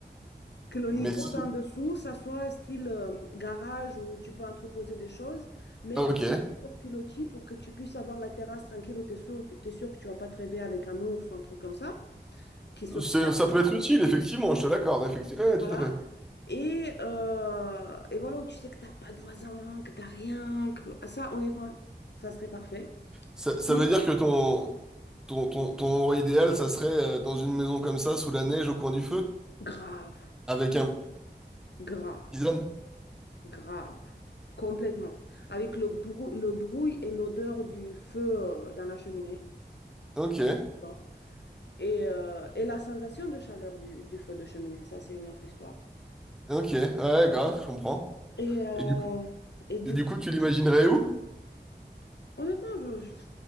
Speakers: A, on the left; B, in the centre.
A: que le
B: Mais
A: niveau
B: si...
A: d'en dessous, ça soit style euh, garage où tu peux entreposer des choses, mais
B: ah, Ok.
A: que ça soit sur pilotis pour que tu puisses avoir la terrasse tranquille où tu es sûr, t'es sûr que tu vas pas te réveiller avec un ours ou un truc comme ça, qui se ferme,
B: C'est- Ça peut être utile, effectivement, je te l'accorde, effectivement. Ouais, tout
A: voilà.
B: à fait.
A: Et, euh, et voilà, où tu sais que t'as pas de voisin, que t'as rien, que... Ah, ça, honnêtement, ça serait parfait.
B: Ça, ça
A: Mm.
B: veut dire que ton, ton, ton, ton endroit idéal, ça serait euh, dans une maison comme ça, sous la neige, au coin du feu,
A: Grave,
B: avec un
A: grave,
B: tisane.
A: grave. Complètement. Avec le brou- le bruit et l'odeur du feu euh, dans la cheminée.
B: Ok,
A: J'adore. Et, euh, et la sensation de chaleur du, du feu de cheminée, ça c'est une autre histoire.
B: ok, ouais, grave, je comprends.
A: Et, euh,
B: Et du coup,
A: et du
B: et du
A: coup,
B: coup, tu l'imaginerais où?
A: honnêtement, je, je-